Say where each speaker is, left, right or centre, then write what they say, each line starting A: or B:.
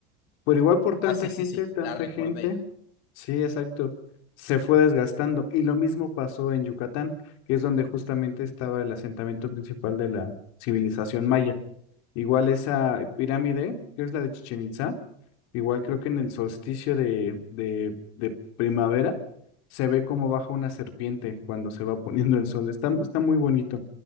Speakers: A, on the left (about 50°); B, on the left (about 75°).
A: Por igual por tanta
B: Ah, sí,
A: gente,
B: sí, sí,
A: tanta
B: la recordé.
A: gente. Sí, exacto. Se fue desgastando. Y lo mismo pasó en Yucatán, que es donde justamente estaba el asentamiento principal de la civilización maya. Igual esa pirámide, que es la de Chichén Itzá, Igual creo que en el solsticio de, de, de primavera se ve cómo baja una serpiente cuando se va poniendo el sol. Está, está muy bonito,